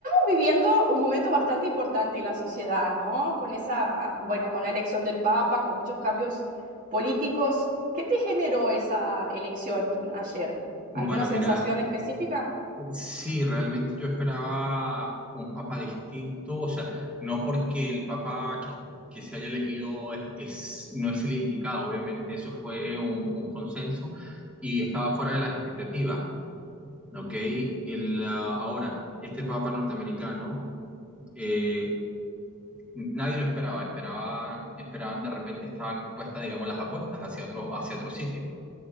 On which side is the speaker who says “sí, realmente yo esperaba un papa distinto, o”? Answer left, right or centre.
Centre